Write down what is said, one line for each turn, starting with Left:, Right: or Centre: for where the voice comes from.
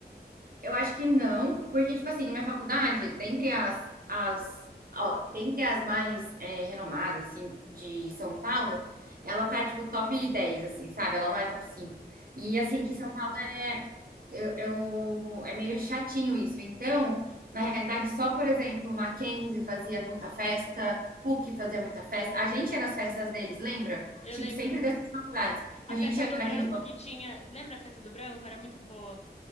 Right: Eu acho que não, porque, tipo assim, a minha faculdade, dentre as, as, ó, dentre as mais é, renomadas, assim, de São Paulo, ela tá, tipo, top 10 assim, sabe? Ela não é top 5. E,
Left: Entendi.
Right: assim, que São Paulo é, eu, eu- é meio chatinho isso. Então, na realidade, só, por exemplo, Mackenzie fazia muita festa, PUC fazia muita festa. A gente ia nas festas deles, lembra?
Left: Eu
Right: Tipo,
Left: lembro.
Right: sempre dessas faculdades. Então,
Left: A festa
Right: a gente ia
Left: do
Right: naqueles...
Left: branco que tinha. Lembra a festa do branco? Era muito boa.